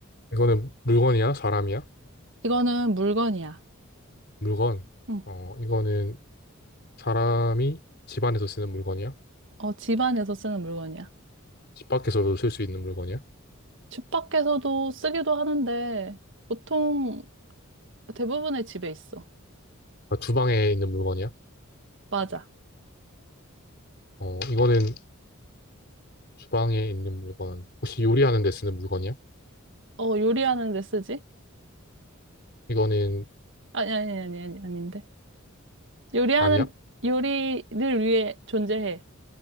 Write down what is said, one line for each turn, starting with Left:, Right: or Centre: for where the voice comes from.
Left: 이거는 물건이야? 사람이야?
Right: 이거는 물건이야.
Left: 물건.
Right: 응.
Left: 어, 이거는 사람이 집 안에서 쓰는 물건이야?
Right: 어, 집안에서 쓰는 물건이야.
Left: 집 밖에서도 쓸 수 있는 물건이야?
Right: 집 밖에서도 쓰기도 하는데, 보통 대부분의 집에 있어.
Left: 아, 주방에 있는 물건이야?
Right: 맞아.
Left: 어, 이거는 주방에 있는 물건. 혹시 요리하는 데 쓰는 물건이야?
Right: 어, 요리하는 데 쓰지?
Left: 이거는
Right: 아니, 아니, 아니, 아니, 아닌데. 요리하는,
Left: 아니야?
Right: 요리를 위해 존재해.